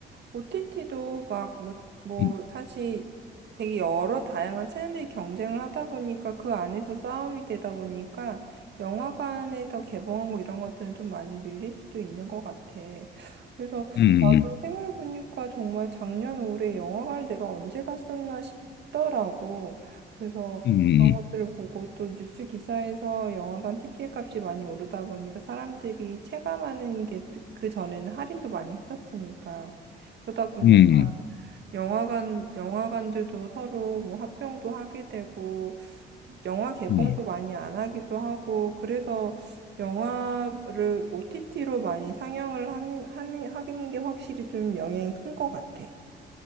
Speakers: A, on the right; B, on the left.
A: OTT도 막, 뭐, 뭐,
B: 음,
A: 사실 되게 여러 다양한 채널이 경쟁을 하다 보니까 그 안에서 싸움이 되다 보니까 영화관에서 개봉하고 이런 것들은 좀 많이 밀릴 수도 있는 것 같아. 그래서
B: 음,
A: 나도 생각해보니까 정말 작년 올해 영화관을 내가 언제 갔었나 싶더라고. 그래서
B: 음,
A: 그런 것들을 보고 또 뉴스 기사에서 영화관 티켓 값이 많이 오르다 보니까 사람들이 체감하는 게 그 전에는 할인도 많이 했었으니까 그러다 보니까
B: 음, 음.
A: 영화관 영화관들도 서로 뭐 합병도 하게 되고 영화 개봉도
B: 음, 음.
A: 많이 안 하기도 하고 그래서 영화를 OTT로 많이 상영을 하는 하는 하는 게 확실히 좀 영향이 큰 것 같아.